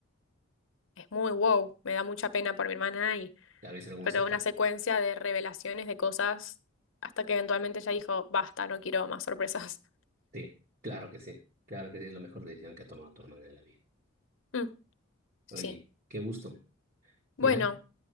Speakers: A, on the left (about 65°); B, on the right (about 40°).
A: es muy wow. Me da mucha pena por mi hermana
B: claro, es algo
A: Fue
B: muy cercano.
A: toda una secuencia de revelaciones de cosas hasta que eventualmente ella dijo, basta, no quiero más sorpresas. <laughs>
B: Sí, claro que sí. Claro que sí, es la mejor decisión que ha tomado tu hermana en la vida.
A: Mm,
B: Oye,
A: sí.
B: qué gusto.
A: Bueno,
B: ¿Ya?